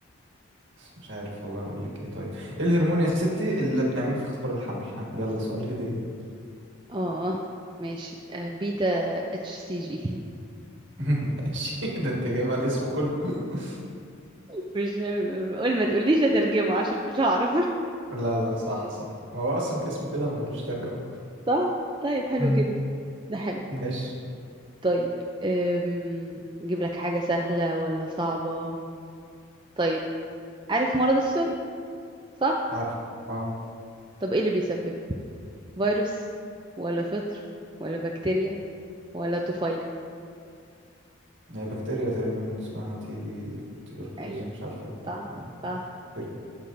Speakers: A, on the right; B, on the right.
A: مش عارف والله اقول لك ايه طيب ايه الهرمون يا ستي اللي بنعمله في اختبار الحمل ها يلا سؤال هدية
B: <laughs> اه ماشي آه، بيتا اتش سي جي
A: <laughs> ماشي ده انت جايبها الاسم كله <laughs>
B: <laughs> مش قول ما تقوليش هترجمه عشان مش هعرف
A: لا لا صح صح هو اصلا اسمه كده ملوش ترجمة
B: <laughs> صح طيب حلو
A: <laughs> مهم.
B: جدا ده حلو
A: ماشي
B: طيب أم... نجيب لك حاجة سهلة ولا صعبة طيب عارف مرض السل صح
A: عارف اه
B: طب ايه اللي بيسببه فيروس ولا فطر ولا بكتيريا ولا طفيلي
A: هي بكتيريا تقريبا اسمها تي بي تيبركلوز
B: ايوه
A: مش عارف ايه
B: صح
A: آه،
B: صح
A: آه، بكتيريا